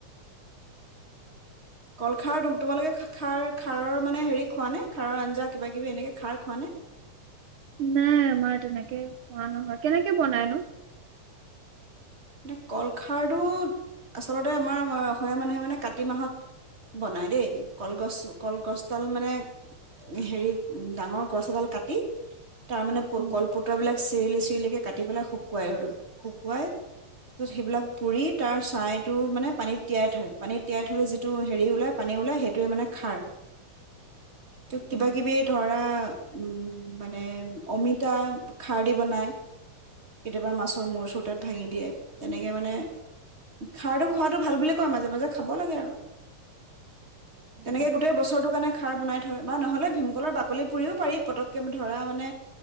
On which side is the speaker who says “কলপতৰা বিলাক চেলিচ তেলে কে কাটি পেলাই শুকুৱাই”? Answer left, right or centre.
Right